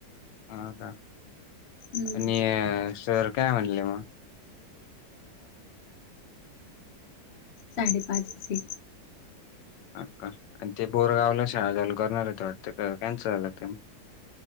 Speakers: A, on the left; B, on the left.
A: हो का
B: हम्म
A: आणि सर काय म्हणले मग
B: साडेपाच असे
A: अ का आणि ते बोरगावला शाळा चालू करणार होत वाटतं कॅन्सल झालं ते